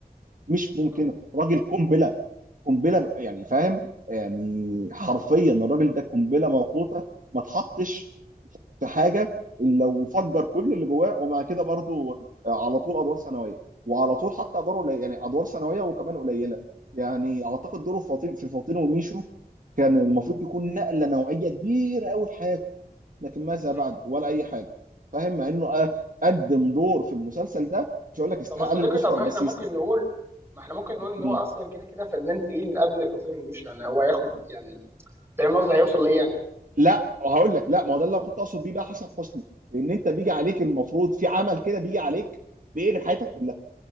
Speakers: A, on the right; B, on the right.
A: مش ممكنه
B: مم.
A: راجل قنبله قنبله يعني فاهم يعني حرفيا الراجل ده قنبله موقوته ما تحطش في حاجه الا وفجر كل اللي جواه ومع كده برضو على طول ادوار ثانويه وعلى طول حتى ادوار قليله يعني ادوار ثانويه وكمان قليله يعني اعتقد دوره في فاطين في فاطين وميشو كان المفروض يكون نقله نوعيه كبيره قوي في حياته لكن ماذا
B: مم.
A: بعد ولا اي حاجه فاهم مع انه آه، قدم دور في المسلسل ده مش هقول لك يستحق
B: طب يا صديقي
A: الاوسكار
B: طب ما
A: بس
B: احنا ممكن
A: يستحق
B: نقول ما احنا ممكن نقول ان
A: مم.
B: هو اصلا كده كده فنان تقيل من قبل فاطين ومش يعني هو هياخد يعني فاهم قصدي هيوصل ليا يعني.
A: لا هقول لك لا ما هو ده اللي أنا كنت اقصد بيه بقى حسن حسني ان انت بيجي عليك المفروض في عمل كده بيجي عليك بيقلب حياتك كلها